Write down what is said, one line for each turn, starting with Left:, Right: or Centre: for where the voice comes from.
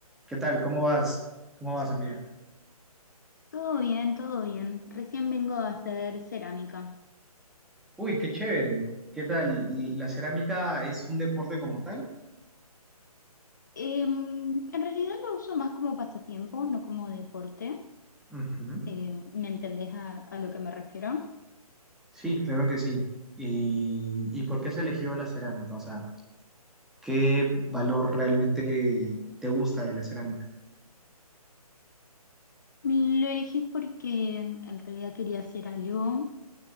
Centre: ¿Qué tal? ¿Cómo vas? ¿Cómo vas, amiga?
Left: Todo bien, todo bien. Recién vengo a hacer cerámica.
Centre: Uy, qué chévere. ¿Qué tal? ¿La cerámica es un deporte como tal?
Left: Em, en realidad lo uso más como pasatiempo, no como deporte.
Centre: Ujú.
Left: Em, ¿me entendés a, a lo que me refiero?
Centre: Sí, claro que sí. ¿Y, y por qué has elegido la cerámica? O sea, ¿qué valor realmente te gusta de la cerámica?
Left: Lo elegí porque en realidad quería hacer algo